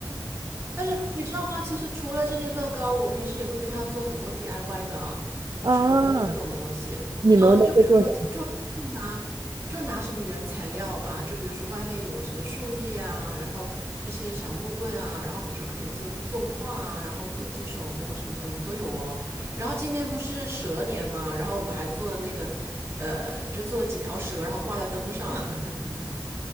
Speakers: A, on the right (about 35°); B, on the right (about 55°).
A: 但是你知道吗？其实除了这些乐高，我平时也会跟他做很多 DIY 的手工这种东西。
B: 啊，你们都会做什么？
A: 嗯，就比如说，就拿就拿什么原材料吧，就比如说外面有什么树叶啊，然后一些小木棍啊，然后我们就可以做作画啊，然后做一些手工什么的，我们都有哦。然后今年不是蛇年嘛，然后我们还做了那个，呃，就做了几条蛇，然后挂在灯上。<laughs>